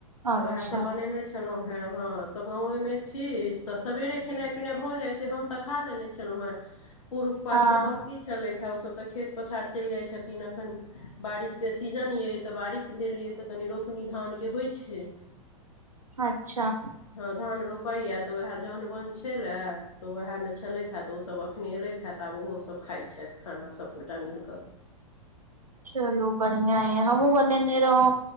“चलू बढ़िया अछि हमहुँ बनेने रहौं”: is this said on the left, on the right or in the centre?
Right